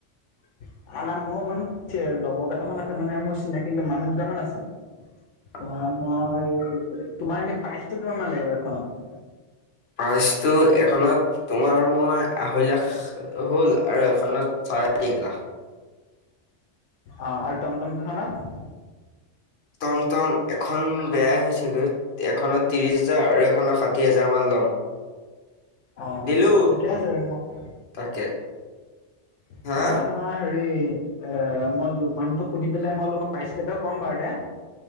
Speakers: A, on the left (about 80°); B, on the left (about 60°).
A: <unintelligible> মোৰ মানে লগৰ কেইটামান আছে, মানে মোৰ চিনাকি মানুহ দুটামান আছে।
B: <inaudible>
A: ধৰা, মই তোমাৰ এনে প্ৰাইচটো কিমান মান লাগিব এখনত?
B: প্ৰাইচটো এখনত তোমাৰ মই আঢ়ৈ লাখ হ'ল, আৰু এখনত চাৰে তিন লাখ।
A: অ' আৰু টমটম কি খনত?
B: টমটম এখন বেয়াই হৈছেগৈ, এখনত ত্ৰিশ হাজাৰ আৰু এখনত ষাঠি হাজাৰ মান ল'ম।
A: অঁ,
B: দিলো
A: ঠিকে আছে <unintelligible>
B: তাকে।
A: <unintelligible>
B: হা
A: তোমাৰ হেৰি এ, মই মানতোক সুধি পেলাই। মই তোমাৰ পাইচকেইটা ক'ম বাৰু দে।